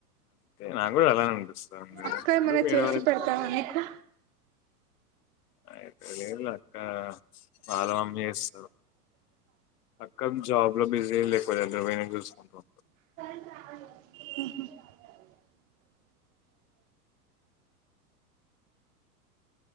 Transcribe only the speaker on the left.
నాక్ గూడా అలానే అనిపిస్తాది ఎందుకె
ఎందుకు వేరేవాళ్ళింటికెళ్లి
అయితే లేదు ఇగ అక్క ఆగమాగం చేస్తూ పక్క జాబ్ లో బిజీ లేకపోతే చూసుకుంటా